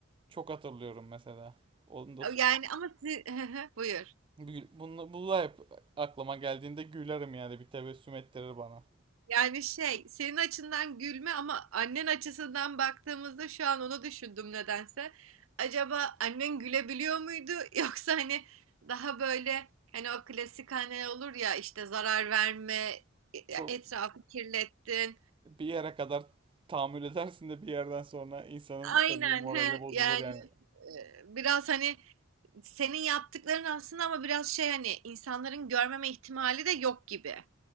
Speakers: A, on the right; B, on the right.
A: çok hatırlıyorum mesela. Onu da so-,
B: Yani ama siz... <laughs> Buyur.
A: Gül- Bunu, hep aklıma geldiğinde gülerim yani bir tebessüm ettirir bana.
B: Yani şey, senin açından gülme ama annen açısından baktığımızda şu an onu düşündüm nedense. Acaba annen gülebiliyor muydu <laughs> yoksa hani daha böyle hani o klasik anneler olur ya işte zarar verme,
A: Çok
B: etrafı kirlettin.
A: bir yere kadar tahammül edersin de bir yerden sonra insanın
B: Aynen
A: tabii morali
B: he
A: bozulur
B: yani
A: yani.
B: e, biraz hani senin yaptıkların aslında ama biraz şey hani insanların görmeme ihtimali de yok gibi.